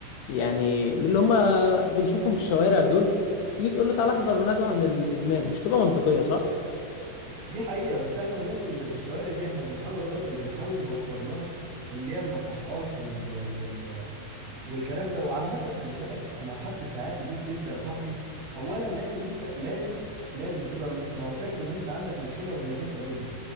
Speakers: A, on the left; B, on the right.
A: يعني من اللي هم بنشوفهم في الشوارع دول تيجي تقول له تعالى احضر ندوة عن الادمان مش تبقى منطقية صح
B: دي حقيقة بس احنا الناس اللي في الشوارع دي احنا بنحاول بنحاول نوفر لها اللي هي المصحات وال وال والكلام ده وعامة خلي بالك مرحلة التعافي دي بتبدأ يا صاحبي أولا لازم أنت لازم لازم تبقى معترف إن أنت عندك مشكلة وإنك أنت مدمن